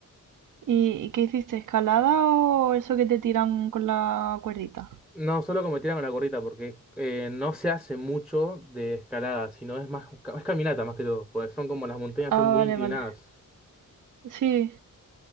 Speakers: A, on the right; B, in the centre.
A: ¿Y y qué hiciste? ¿Escalada o eso que te tiran con la cuerdita?
B: No, solo como tirar con la gorrita, porque eh, no se hace mucho de escalada, sino es más es caminata más que todo, porque son como las montañas
A: Ah,
B: son muy
A: vale,
B: inclinadas.
A: vale. Sí.